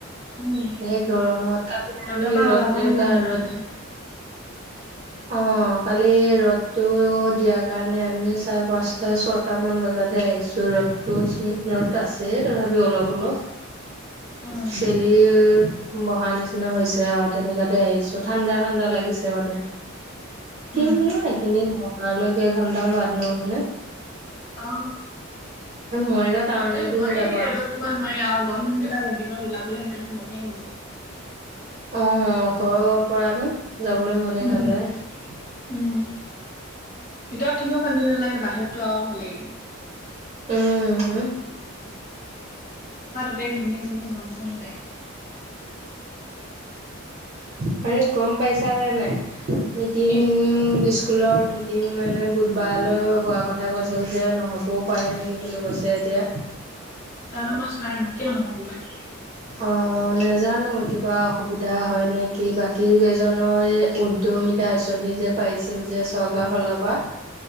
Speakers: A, on the left; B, on the right.
A: উম
B: সেই গৰমত আক
A: ৰ'দৰ
B: আমি
A: পৰা
B: ৰ'দ
A: ওলাবই
B: এনেকোৱা
A: নোৱাৰি নহ'লে
B: ৰ'দ উ অ কালি ৰ'দটো দিয়াৰ কাৰণে আমি চাৰে পাঁচটা ছটা মান বজাতহে আহিছো। ৰ'দতো ৰদ আছে তথাপিও অলপ অলপ
A: উম
B: চেলি বহা নিচিনা হৈছে আৰু তেনেকাতে আহিছো ঠাণ্ডা ঠাণ্ডা লাগিছে মানে। কিনোৱা
A: উম
B: এইখিনি নকৰালৈকে এঘন্টা বাদ নহলে
A: অহ
B: মৰিগাঁও টাউনেদিহে
A: নহয় নোৱাৰি
B: যাবা
A: ৰ'দত তোমাৰ নোৱাৰি আও গৰম দিনকেইটাত এ দিনত ওলাবলে সেইকাৰণে মনে নাযায়
B: অ ঘৰৰ পৰা আনো যাবলৈ মনে
A: উম
B: নাযায়।
A: উম ভিতৰত থাকিও শান্তি নালাগে বাহিৰততো আও হলেই
B: উম উ
A: গোটেই ঘামি জুমি যোৱা নিচিনা লাগে
B: হ গম পাইছা নে নাই। মিতিং
A: কি
B: দি স্কুলৰ মিটিং মানে বুধবাৰলৈ হোৱা কথা কৈছিল যে নহ'বও পাৰে নেকি বুলি কৈছে। এতিয়া
A: তামানে মই চোৱাই কিয় নহ'ব পাই।
B: অ নাজানো কিবা অসুবিধা হয় নেকি বাকী কেইজনৰ দু মিদা আঁচনি যে পাৰিছিল যে চৰকাৰৰ ফালৰ পৰা